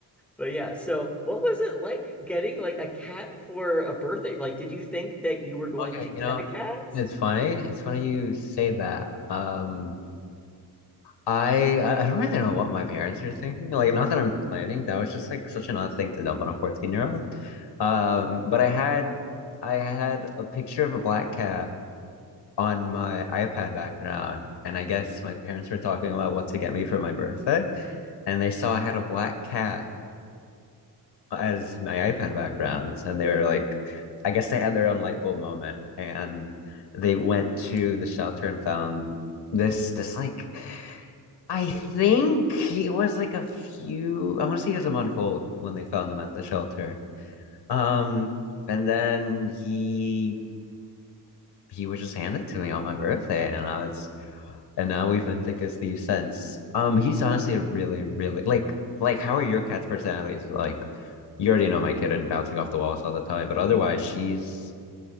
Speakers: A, in the centre; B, on the left.
A: But yeah, so what was it like getting like a cat for a birthday? Like, did you think that you were going
B: Okay,
A: to get
B: you know,
A: a cat?
B: it's funny. It's funny you say that. Um, I I don't really know what my parents were thinking. Like, not that I'm complaining. That was just like such an odd thing to dump on a 14 year old. Um, but I had I had a picture of a black cat on my iPad background, and I guess my parents were talking about what to get me for my birthday, and they saw I had a black cat as my iPad backgrounds, and they were like, I guess they had their own light bulb moment, and they went to the shelter and found this this like I think he was like a few, I want to say he was a month old when they found him at the shelter. Um, and then he he was just handed to me on my birthday, and I was, and now we've been thick as thieves since. Um, he's honestly a really, really like like how are your cat's personalities? Like, you already know my kitten bouncing off the walls all the time, but otherwise, she's